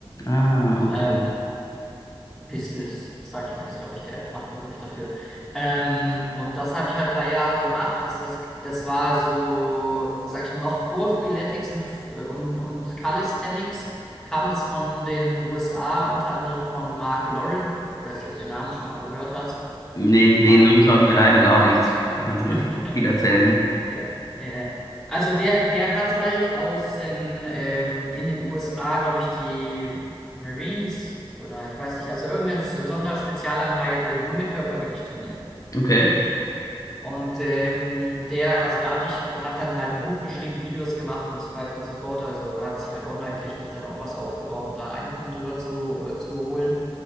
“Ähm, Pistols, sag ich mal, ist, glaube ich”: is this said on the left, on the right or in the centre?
Centre